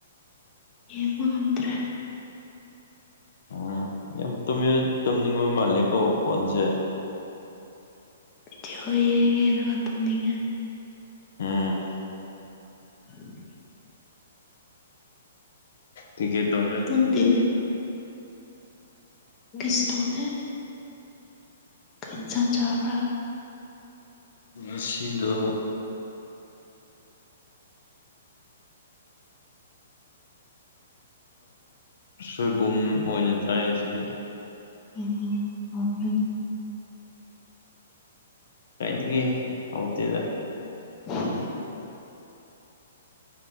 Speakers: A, on the left (about 25°); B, on the left (about 70°).
A: ꯌꯦꯡꯕ ꯉꯝꯗ꯭ꯔꯦ
B: ꯑ ꯌꯥꯝ ꯇꯨꯝꯅꯤꯡꯕ ꯃꯥꯜꯂꯦꯀꯣ ꯈꯣꯟꯁꯦ
A: ꯚꯤꯗꯤꯑꯣ ꯌꯦꯡꯉ ꯌꯦꯡꯉ ꯇꯨꯝꯅꯤꯡꯉꯦ
B: ꯎꯝ
A: <unintelligible>
B: ꯀꯩꯀꯩ ꯇꯧꯔꯦ ꯉꯁꯤꯗꯤ
A: ꯅꯪꯗꯤ ꯀꯔꯤꯁꯇꯗ ꯀꯔꯤꯁ ꯆꯥꯎꯥ <unintelligible>
B: ꯉꯁꯤꯗꯣ ꯁꯣꯏꯕꯨꯝ ꯑꯣꯏꯅ ꯆꯥꯏ ꯁꯤꯗꯤ
A: ꯑꯣ ꯍꯥꯎꯔꯅꯤ
B: ꯑꯦ ꯍꯥꯎꯇꯦꯗ
A: <unintelligible>